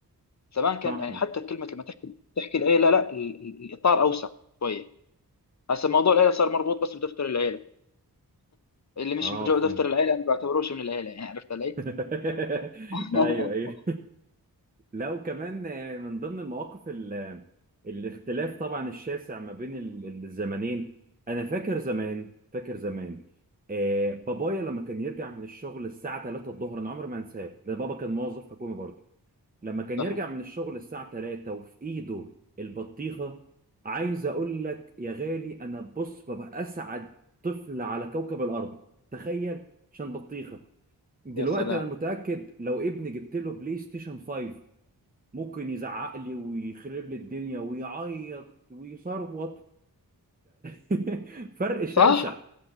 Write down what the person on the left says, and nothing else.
زمان كان
يعني حتى كلمة لما تحكي تحكي العيلة لا ال- ال- الإطار أوسع شوية هسه موضوع العيلة صار مربوط بس بدفتر العيلة اللي مش
بجو دفتر
العيلة أنا بعتبروش من العيلة يعني عرفت علي؟
<laughs>
صحيح
يا سلام
صح